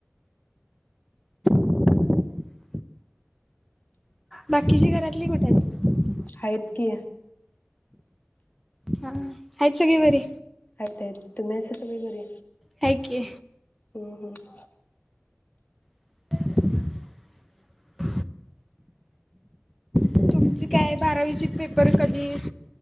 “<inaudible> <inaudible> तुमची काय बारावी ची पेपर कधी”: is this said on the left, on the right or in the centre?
Centre